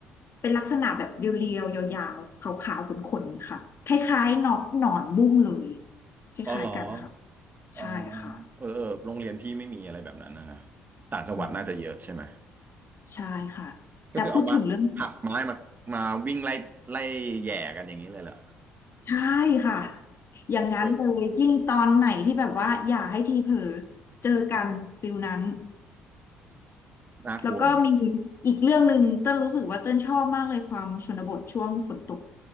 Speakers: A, on the left; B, on the right.
A: เป็นลักษณะแบบเรียวๆ ยาวๆขาวๆขนๆ ค่ะ คล้ายๆหนอนหนอนบุ้งเลย คล้ายๆ
B: อ๋อเหรอ
A: กันค่ะ
B: อ๋อ
A: ใช่ค่ะ
B: เออเออโรงเรียนพี่ไม่มีอะไรแบบนั้นนะนะต่างจังหวัดน่าจะเยอะใช่ไหม
A: อืมใช่ค่ะ
B: ก็คือเอามาหักไม้มามาวิ่งไล่ไล่แหย่กันอย่างนี้เลยเหรอ
A: แต่พูดถึงเรื่อง ใช่ค่ะ อย่างนั้นเลยยิ่งตอนไหนที่แบบว่าอย่าให้ทีเผลอ
B: เออ
A: เจอกันฟิลนั้น
B: น่ากลัว
A: แล้วก็มีอีกเรื่องหนึ่งเต้นรู้สึกว่าเต้นชอบมากเลยความชนบทช่วงฝนตก